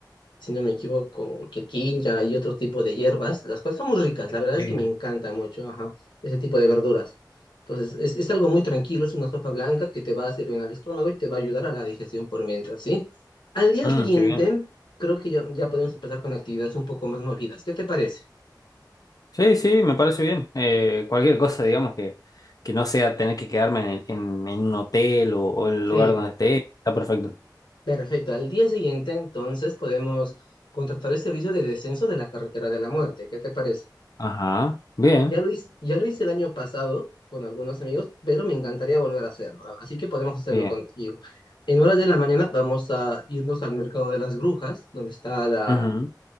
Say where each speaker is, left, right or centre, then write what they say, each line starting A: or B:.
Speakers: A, on the left; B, on the left.
A: si no me equivoco, quirquincha y otro tipo de hierbas, las cuales son muy ricas. La verdad
B: sí.
A: es que me encanta mucho, ajá, ese tipo de verduras. Entonces, es, es algo muy tranquilo, es una sopa blanca que te va a servir en el estómago y te va a ayudar a la digestión por mientras, ¿sí? Al día
B: Mm,
A: siguiente,
B: qué bien.
A: creo que ya, ya podemos empezar con actividades un poco más movidas. ¿Qué te parece?
B: Sí, sí, me parece bien. Eh, cualquier cosa, digamos, que, que no sea tener que quedarme en, el- en, en un hotel o, o en el
A: Sí,
B: lugar donde esté, está perfecto.
A: Perfecto. Al día siguiente, entonces, podemos contratar el servicio de descenso de la carretera de la muerte. ¿Qué te parece?
B: Ajá, bien.
A: Ya lo hice, ya lo hice el año pasado con algunos amigos, pero me encantaría volver a hacerlo. a- Así que podemos hacerlo
B: bien.
A: contigo. En horas de la mañana vamos a irnos al mercado de las brujas, donde está la,
B: Ujú,